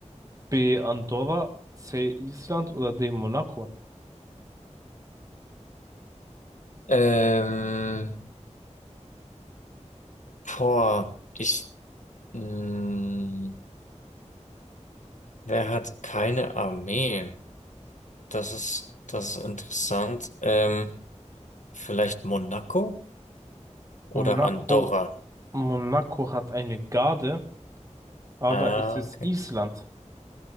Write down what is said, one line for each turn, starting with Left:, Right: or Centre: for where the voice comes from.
Right: B. Andorra, C. Island oder D. Monaco?
Left: Ähm, boah, ich, mh, wer hat keine Armee? Das ist, das ist interessant. Ähm, vielleicht Monaco oder
Right: Monaco,
Left: Andorra?
Right: Monaco hat eine Garde, aber
Left: Ah,
Right: es ist
Left: okay.
Right: Island.